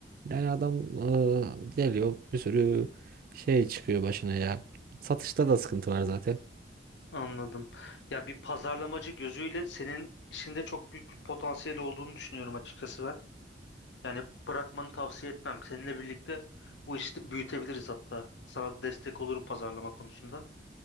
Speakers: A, on the right; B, on the left.
A: Yani adam e, geliyor bir sürü şey çıkıyor başına ya. Satışta da sıkıntı var zaten.
B: Anladım. Ya bir pazarlamacı gözüyle senin işinde çok büyük bir potansiyel olduğunu düşünüyorum açıkçası ben. Yani bırakmanı tavsiye etmem. Seninle birlikte bu işi büyütebiliriz hatta. Sana da destek olurum pazarlama konusunda.